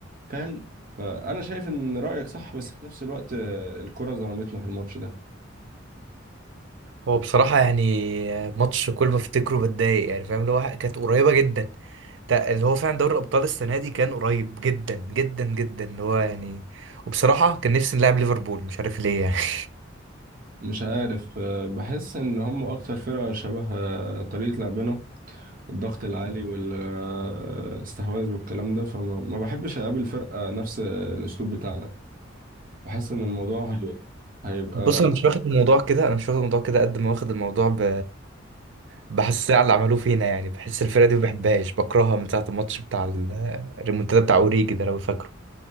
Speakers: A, on the right; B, on the right.
A: فاهم فأنا شايف إن رأيك صح بس في نفس الوقت آه، الكرة ظلمتنا في الماتش ده
B: هو بصراحه يعني ماتش كل ما افتكره بتضايق يعني فاهم اللي هو كانت قريبه جدا ده اللي هو فعلا دوري الابطال السنه دي كان قريب جدا جدا جدا اللي هو يعني وبصراحه كان نفسي نلعب ليفربول مش عارف ليه يعني <laughs>
A: مش عارف آه، بحس إن هم أكتر فرقة شبه آه، طريقة لعبنا الضغط العالي والاستحواذ والكلام ده فما ما بحبش أقابل فرقة نفس الأسلوب بتاعنا بحس إن الموضوع هي- هيبقى
B: بص انا مش واخد الموضوع كده انا مش واخد الموضوع كده قد ما واخد الموضوع ب... بحسها على اللي عملوه فينا يعني بحس الفرقة دي ما بحبهاش بكرهها من ساعة الماتش بتاع ال- الريمونتادا بتاع اوريجي ده لو فاكره